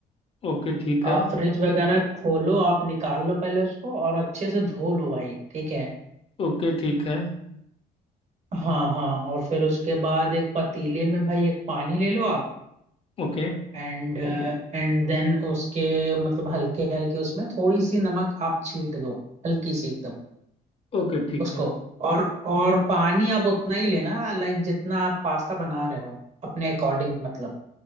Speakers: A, on the left (about 35°); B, on the right (about 45°).
A: ओके ठीक
B: आप
A: है
B: फ्रिज वगैरह खोलो आप निकाल लो पहले उसको और अच्छे से धो लो भाई ठीक है
A: ओके ठीक है
B: हाँ हाँ और फिर उसके बाद एक पतीले में भाई एक पानी ले लो आप
A: ओके
B: एंड एंड देन उसके मतलब हल्के हल्के उसमें थोड़ी सी नमक आप छीट दो हल्की सी एकदम
A: ओके ठीक
B: उसको
A: है
B: और और पानी आप उतना ही लेना लाइक जितना आप पास्ता बना रहे हो अपने अकॉर्डिंग मतलब